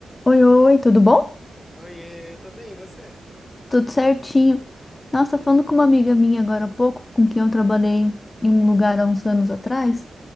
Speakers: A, on the left (about 30°); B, on the left (about 15°).
A: Oi, oi, tudo bom?
B: Oiê, eu tô bem, e você?
A: Tudo certinho. Nossa, falando com uma amiga minha agora há pouco, com quem eu trabalhei em um lugar há uns anos atrás,